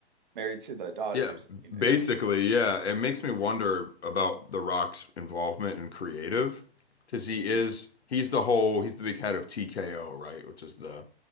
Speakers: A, on the right; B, on the left.
A: married to the daughters
B: Yeah,
A: you know,
B: basically, yeah. It makes me wonder about The Rock's involvement in creative because he
A: Mm.
B: is he's the whole he's the big head of TKO, right? Which is the